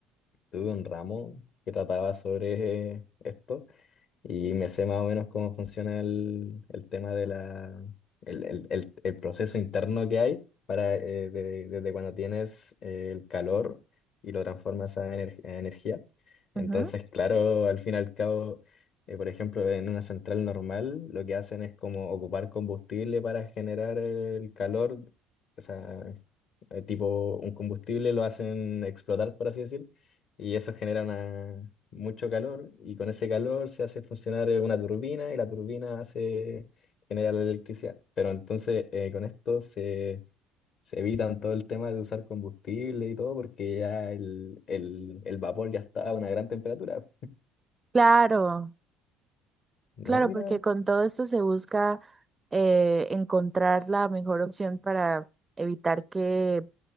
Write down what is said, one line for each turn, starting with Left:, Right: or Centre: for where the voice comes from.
Left: tuve un ramo que trataba sobre esto. Y me sé más o menos cómo funciona el, el tema de la, el, el- el- el proceso interno que hay para, eh, de- desde cuando tienes eh, el calor y lo transformas a, ener- a energía. Entonces,
Right: Ujú.
Left: claro, al fin y al cabo, eh, por ejemplo, en una central normal, lo que hacen es como ocupar combustible para generar el calor, o sea, eh, tipo un combustible lo hacen explotar, por así decir y eso genera una- mucho calor y con ese calor se hace funcionar eh, una turbina y la turbina hace genera la electricidad. Pero entonces eh, con esto se, se evitan todo el tema de usar combustible y todo porque ya el, el- el vapor ya está a una gran temperatura.
Right: Claro,
Left: No,
Right: claro,
Left: mira,
Right: porque con todo esto se busca eh, encontrar la mejor opción para evitar que